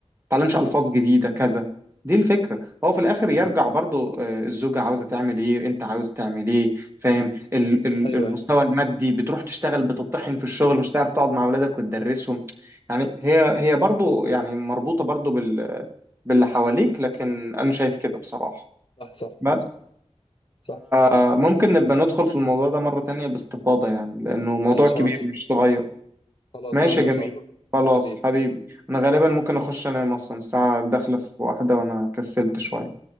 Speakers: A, on the right (about 20°); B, on the left (about 50°).
A: تعلمش الفاظ جديده كذا دي الفكره هو في الاخر يرجع
B: أمم.
A: برضو آه، الزوجه عاوزه تعمل ايه انت عاوز تعمل ايه فاهم ال- ال-
B: ايوه
A: المستوى
B: أيوة.
A: المادي بتروح تشتغل بتطحن في الشغل مش تعرف تقعد مع اولادك وتدرسهم يعني هي هي برضو يعني مربوطه برضو بال باللي حواليك لكن انا شايف كده بصراحه
B: صح صح
A: بس
B: صح
A: آه، ممكن نبقى ندخل في الموضوع ده مره تانية باستفاضه يعني لانه موضوع
B: ماشي
A: كبير
B: يا وحش
A: مش صغير
B: خلاص
A: ماشي
B: نعمل ده
A: يا جميل
B: ان شاء الله
A: خلاص
B: حبيبي
A: حبيبي انا غالبا ممكن اخش انام اصلا الساعة داخلة في واحدة وانا كسلت شوية